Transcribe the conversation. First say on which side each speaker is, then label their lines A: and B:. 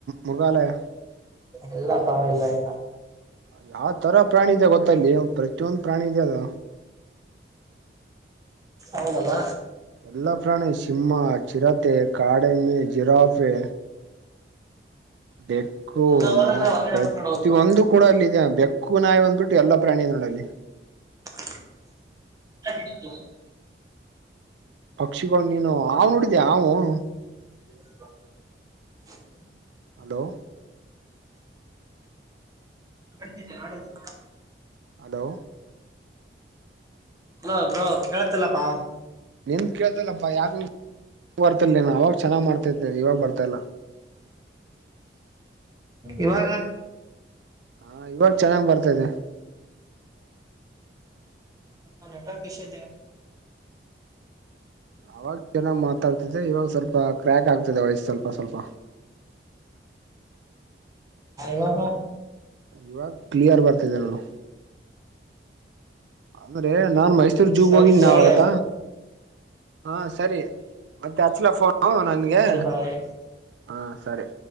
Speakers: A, on the right; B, on the right.
A: ಮುೃಗಾಲಯ.
B: ಎಲ್ಲ ಪಾವ ಎಲ್ಲ ಎಲ್ಲ
A: ಯಾವ ತರ ಪ್ರಾಣಿ ಇದೆ ಗೊತ್ತಲ್ಲಿ ಪ್ರತಿಯೊಂದ ಪ್ರಾಣಿ ಇದೆ ಅದ
B: ಹೌದಲ್ಲ.
A: ಎಲ್ಲ ಪ್ರಾಣಿ ಸಿಂಹ ಚಿರತೆ ಕಾಡೆಮ್ಮೆ ಜಿರಾಫೆ. ಬೆಕ್ಕು
B: ಎಲ್ಲ ಹೋದಾಗ
A: ನಾ
B: ಹೊರಗಡೆ
A: ಪ್ರತಿಯೊಂದು
B: ಬಿಟ್ಟು ನೋಡ್ಬೇಕು
A: ಕೂಡ ಅಲ್ಲಿದೆ ಬೆಕ್ಕ ಕೂ ನಾಯ ಅಂದ್ಬಿಟ್ಟ ಎಲ್ಲ ಪ್ರಾಣಿ ನೋಡಲ್ಲಿ
B: <unintelligible>
A: ಪಕ್ಷಿಗಳು ನೀನು ಹಾವು <inaudible> ನೋಡಿದ್ದೆ ಅವಾವು
B: ಹ <inaudible>
A: ಹಲೋ
B: ಅ <inaudible> ಆ
A: ಹಲೋ
B: ಹಲೋ ಬ್ರೋ ಕೇಳತ್ತಲ್ಲಪ್ಪಾ.
A: ನಿನ್ ಕೇಳ್ತಲ್ಲಪ್ಪಾ ಯಾಕ <unintelligible> ಬರ್ಲ್ಲ ಅವಾಗ ಚೆನ್ನಾಗಿ ಮಾಡ್ತಾ ಇವಾಗ ಬರ್ತಾಲ್ಲ.
B: ಇವಾಗ
A: ಹ ಇವಾಗ ಚೆನ್ನಾಗ್ ಬರ್ತಾದೆ
B: ಟ <inaudible> ಅಂದ <inaudible> <inaudible> ನಟವರ್ ಇಷೇ.
A: ಅವಾಗ ಚೆನ್ನಾಗ್ ಮಾತಾಡ್ತಿದೆ ಇವಾಗ ಸ್ವಲ್ಪ ಕ್ರ್ಯಾಕ್ ಆಗ್ತಿದೆ ವಯಸ್ಸ ಸ್ವಲ್ಪ ಸ್ವಲ್ಪ.
B: ಬಬ <inaudible>
A: ಇವಾಗ ಕ್ಲಿಯರ್ ಬರ್ತಿದೆ ನೋಡು. ಅಂದ್ರೆ ನಾನ್ ಮೈಸೂರ್ ಜೂಗ್
B: ಸರಿ
A: ಹೋಗಿದ್ದಿ
B: ತೋಳ
A: ನಾವಾಗತ್ತಾ. ಹಾ ಸರಿ ಮತ್ತೆ ಹಚ್ಲ ಫೋನ್ ನನ್ಗೆ
B: ಸರಿ ಬಾಯ್
A: ಹಾ ಸರಿ.